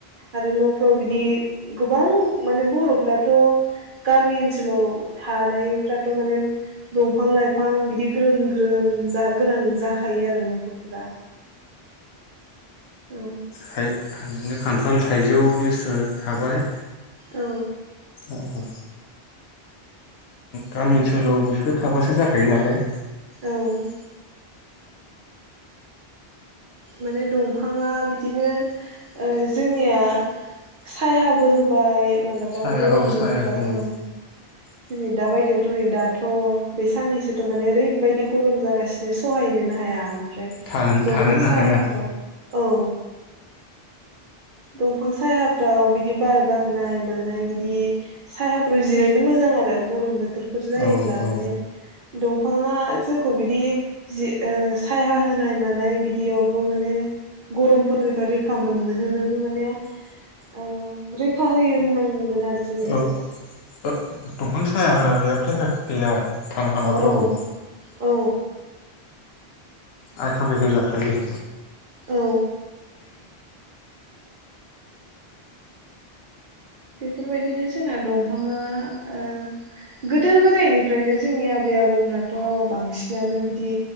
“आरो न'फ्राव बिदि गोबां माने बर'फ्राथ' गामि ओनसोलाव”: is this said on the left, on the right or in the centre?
Right